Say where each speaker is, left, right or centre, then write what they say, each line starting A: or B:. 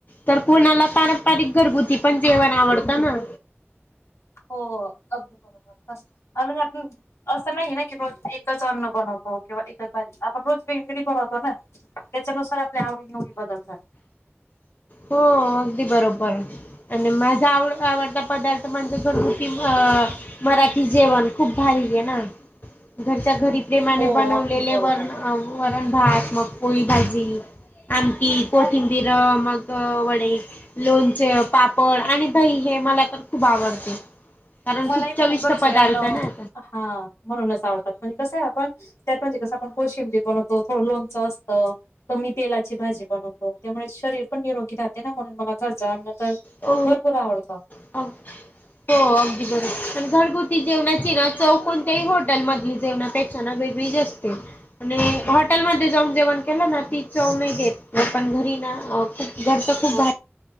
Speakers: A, on the left; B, on the left.
A: तर कोणाला पारंपरिक घरगुती पण जेवण आवडतं ना.
B: हो अग <unintelligible> असं नाही नाहीये ना की रोज एकच अन्न बनवतो किंवा एकच भाजी, आपण रोज वेगवेगळी बनवतो ना. त्याच्यानुसार आपल्या आवडी-निवडी बदलतात.
A: हो, अगदी बरोबर. आणि माझा आवड-आवडता पदार्थ म्हणजे घरगुती <unintelligible> मराठी जेवण, खूप भारीयेना घरच्या घरी. प्रेमाने
B: हो
A: बनवलेले
B: अगदी बरोबर.
A: <unintelligible> वरण भात, मग पोळी भाजी, आमटी, कोठिंबीरं
B: अ
A: मग व वडे, लोणचे, पापड आणि दही हे मला तर खूप आवडते. कारण
B: मलाही
A: खूप
B: म्हणून
A: चविष्ट
B: घरचे
A: पदार्थ
B: अन्न
A: आहे ना
B: हा, म्हणूनच आवडतात पण कसंय आपण त्यात म्हणजे कसं आपण कोशिंबीर बनवतो थोडं लोणचं असतं, कमी तेलाची भाजी बनवतो, त्यामुळे शरीर पण निरोगी राहत. <unintelligible> अन्न तर
A: हो
B: भरपूर आवडतं.
A: <inaudible> हो अगदी बरोबर पण घरगुती जेवणाची ना चव कोणत्याही हॉटेलमधली जेवणाचे चणा वेगळीच असते. आणि हॉटेलमध्ये जाऊन जेवण केलं ना ती चव नाही देत पण घरी ना खूप घरचं
B: हो
A: खूप